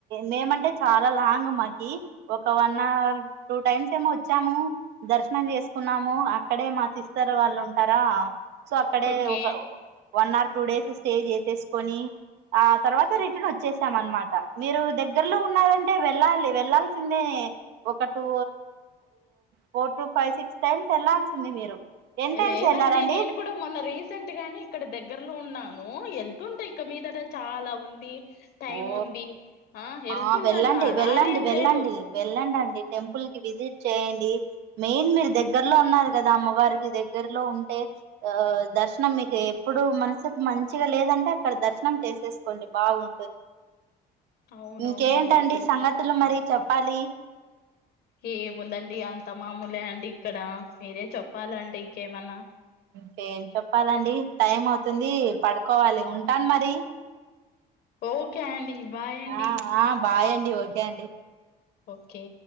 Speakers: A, on the right; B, on the left.
A: మేమంటే చాలా లాంగ్ మాకి ఒక వన్ అవర్ టూ టైమ్స్ వచ్చాము దర్శనం చేసుకున్నాము అక్కడే మా సిస్టర్ వాళ్ళు ఉంటారా సో అక్కడే
B: ఓకే.
A: ఒక one hour two days stay చేసేసుకొని ఆ తర్వాత
B: ఆ!
A: రిటర్న్ వచ్చే అనమాట మీరు దగ్గరలో ఉన్నారంటే వెళ్ళాలి వెళ్లాాల్సిందే ఒక two four to five six times వెళ్లాల్సింది మీరు టెన్ టైమ్స్
B: లేదండి
A: వెళ్ళారండి
B: నేను కూడా మొన్న రీసెంట్ గాని ఇక్కడ దగ్గరలో ఉన్నాను ఎల్తుంటాయి ఇక్క మీదట చాలా ఉంది టైముంది.
A: ఓ
B: ఎళ్తుంటాను
A: ఆ వెళ్ళండి
B: అలా
A: వెళ్ళండి
B: అనేం
A: వెళ్ళండి
B: లేదు.
A: వెళ్ళండి టెంపుల్ ల్ కి విజిట్ చేయండి మెయిన్ మీరు దగ్గరలో ఉన్నారు కదా అమ్మవారికి దగ్గరలో ఉంటే ఆ దర్శనం మీకు ఎప్పుడు మనసుకి మంచిగా లేదంటే అక్కడ దర్శనం చేసేసుకోండి బాగుంట
B: అవునవునండి.
A: ఇంకేంటండి
B: చే
A: సంగతులు మరి చెప్పాలి
B: ఏముందండి అంత మామూలే అండి ఇక్కడ మీరే చెప్పాలండి ఇంకేమన్నా
A: కం చెప్పాలండి టైం అవుతుంది పడుకోవాలి ఉంటాను మరి
B: ఓకే అండి బాయ్ అండి
A: ఆ ఆ బాయ్ అండి ఓకే అండి
B: ఓకే